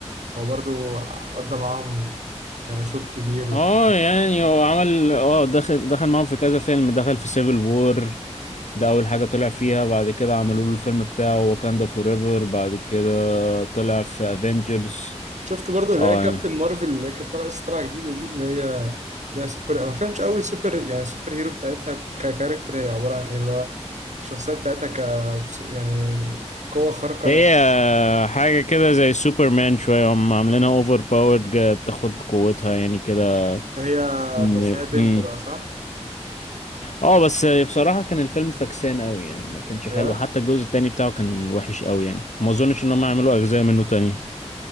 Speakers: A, on the right (about 85°); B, on the left (about 85°).
A: هو برضه قضى معاهم يعني شوط كبير
B: اه
A: وكده
B: يعني هو عمل اه دخل دخل معاهم في كذا فيلم دخل في سيفل وور ده اول حاجة طلع فيها بعد كده عملوا له الفيلم بتاعه واكاندا فور ايفر بعد كده طلع في افنجرز
A: شفت برضه اللي
B: اه
A: هي كابتن
B: يعني
A: مارفل اللي كانت طالعة لسه طالعة جديدة دي اللي هي اللي هي سوبر ما فهمتش قوي سوبر يعني سوبر هيرو بتاعتها ككاركتر هي عبارة عن ايه اللي هو الشخصية بتاعتها ك يعني قوة خارقة
B: هي
A: أنا
B: حاجة كده زي سوبرمان شوية هم عاملينها اوفر باورد بتاخد قوتها يعني كده
A: هي
B: إن-
A: بس هي بنت
B: مم.
A: بقى صح؟
B: اه بس بصراحة كان الفيلم فكسان قوي يعني ما كانش
A: بجد
B: حلو حتى الجزء التاني بتاعه كان وحش قوي يعني ما اظنش ان هم يعملوا اجزاء منه تاني